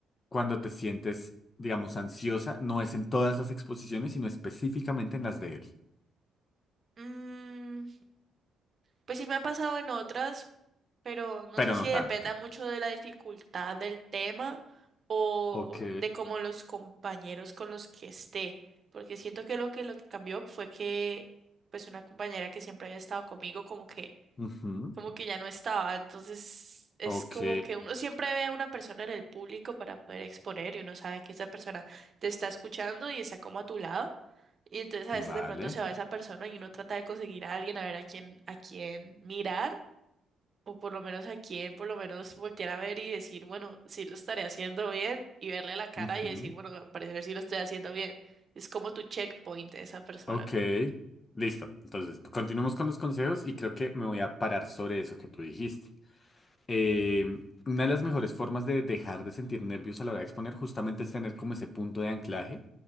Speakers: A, on the left; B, on the right.
A: cuando te sientes, digamos, ansiosa, no es en todas las exposiciones, sino específicamente en las de él,
B: Mm, Pues sí me ha pasado en otras, pero no
A: pero
B: sé si
A: no
B: dependa
A: tanto.
B: mucho de la dificultad del tema o
A: Ok,
B: de cómo los compañeros con los que esté, porque siento que lo que lo que cambió fue que pues una compañera que siempre había estado conmigo como que
A: ujú,
B: como que ya no estaba. Entonces es
A: ok,
B: como que uno siempre ve a una persona en el público para poder exponer y uno sabe que esa persona te está escuchando y está como a tu lado. Y entonces a
A: vale,
B: veces de pronto se va esa persona y uno trata de conseguir a alguien a ver a quién, a quién mirar o por lo menos a quién por lo menos voltear a ver y decir, bueno, si lo estaré haciendo bien y verle la cara
A: ujú,
B: y decir, bueno, al parecer sí lo estoy haciendo bien. Es como tu checkpoint de esa persona.
A: ok. Listo, entonces continuemos con los consejos y creo que me voy a parar sobre eso que tú dijiste. eh, una de las mejores formas de dejar de sentir nervios a la hora de exponer justamente es tener como ese punto de anclaje,